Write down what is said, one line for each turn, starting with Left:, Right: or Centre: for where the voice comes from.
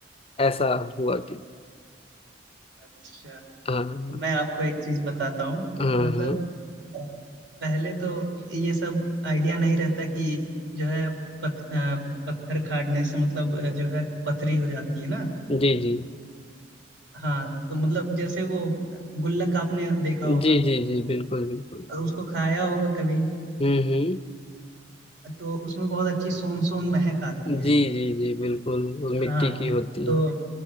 Left: ऐसा हुआ कि
Right: अच्छा
Left: हाँ
Right: मैं आपको एक चीज बताता हूँ
Left: हाँ
Right: मतलब
Left: हाँ
Right: अ, पहले तो ये सब आइडिया नहीं रहता कि जो है पत, अ, पत्थर खाड़ने से मतलब अ, जो है पथरी हो जाती है ना
Left: जी जी
Right: हाँ तो मतलब जैसे वो गुल्लक आपने देखा होगा
Left: जी जी जी बिल्कुल बिल्कुल
Right: और उसको खाया होगा कभी
Left: हम्म हम्म
Right: तो उसमें बहुत अच्छी सोन सोन महक आती है
Left: जी जी जी बिल्कुल वो मिट्टी
Right: हाँ
Left: की होती
Right: तो
Left: है